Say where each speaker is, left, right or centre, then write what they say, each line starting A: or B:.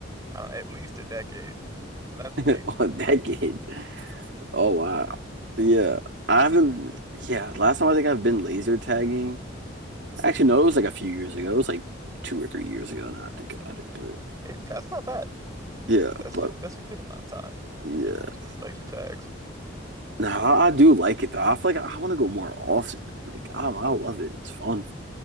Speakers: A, on the right; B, on the right.
A: I don't know, at least a decade, and that's way
B: <laughs>
A: too
B: on
A: long.
B: that game. Oh wow. Yeah. I haven't yeah, last time I think I've been laser tagging. Actually, no, it was like a few years ago. It was like two or three years ago now I think about it. But
A: Hey, that's not bad.
B: yeah,
A: That's
B: but
A: a that's a good amount of time
B: yeah.
A: in between laser tags.
B: No, I, I do like it though. I feel like I, want to go more often. Like I, I love it. It's fun.